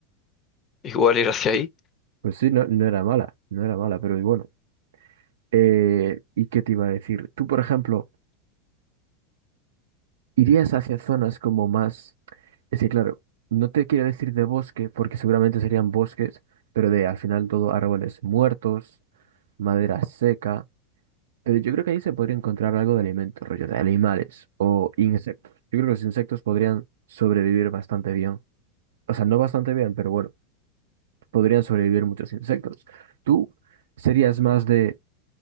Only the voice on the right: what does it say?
Pues sí, no, no era mala, no era mala, pero bueno. Eh, ¿y qué te iba a decir? Tú, por ejemplo, irías hacia zonas como más... Es que, claro, no te quiero decir de bosque, porque seguramente serían bosques, pero de al final todo árboles muertos, madera seca. Pero yo creo que ahí se podría encontrar algo de alimento, rollo de animales o insectos. Yo creo que los insectos podrían sobrevivir bastante bien. O sea, no bastante bien, pero bueno, podrían sobrevivir muchos insectos. ¿Tú serías más de...